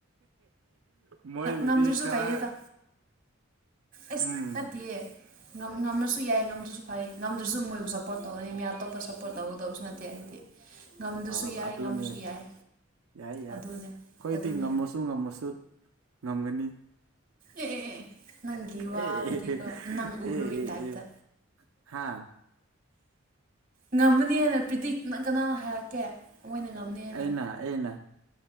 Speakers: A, on the right; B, on the right.
A: ꯃꯣꯏꯕꯨꯗꯤ
B: ꯉꯝꯗ꯭ꯔꯁꯨ
A: ꯈꯔ
B: ꯀꯩꯗꯦꯗ ꯑꯁ
A: ꯎꯝ
B: ꯅꯠꯇꯤꯌꯦ ꯉꯝ ꯉꯝꯃꯁ ꯉꯁꯨ ꯌꯥꯏ ꯉꯝꯗ꯭ꯔꯁꯨ ꯐꯩ ꯉꯝꯗ꯭ꯔꯁꯨ ꯃꯣꯏꯕꯨ ꯁꯞꯄꯣꯔꯠ ꯇꯧꯒꯅꯤ ꯃꯤ ꯑꯇꯣꯞꯄ ꯁꯞꯄꯣꯔꯠ ꯇꯧꯒꯗꯕꯁꯨ ꯅꯠꯇꯦ ꯑꯩꯗꯤ ꯉꯝꯗ꯭ꯔꯁꯨ
A: ꯑ
B: ꯌꯥꯏ
A: ꯑꯗꯨꯅꯦ
B: ꯉꯝꯃꯁꯨ ꯌꯥꯏ
A: ꯌꯥꯏ ꯌꯥꯏ
B: ꯑꯗꯨꯅꯦ
A: ꯑꯩꯈꯣꯏꯗꯤ
B: ꯑꯗꯨꯅꯦ
A: ꯉꯝꯃꯁꯨ ꯉꯝꯃꯁꯨ ꯉꯝꯒꯅꯤ
B: ꯑꯦ ꯑꯦ ꯑꯦ ꯅꯪꯒꯤ ꯋꯥꯕꯨꯗꯤꯀꯣ
A: ꯑꯦ ꯑꯦ
B: ꯅꯪ
A: ꯑꯦ
B: ꯎꯈ꯭ꯔꯕꯩ
A: ꯑꯦ
B: ꯇꯥꯏꯞꯇ
A: ꯑꯦ ꯍꯥ
B: ꯉꯝꯃꯅꯤꯅ ꯄ꯭ꯔꯤꯗꯤꯛꯅ ꯀꯅꯥꯅ ꯍꯥꯏꯔꯛꯀꯦ ꯃꯣꯏꯅ ꯉꯝꯅꯤꯅ
A: ꯑꯩꯅ ꯑꯩꯅ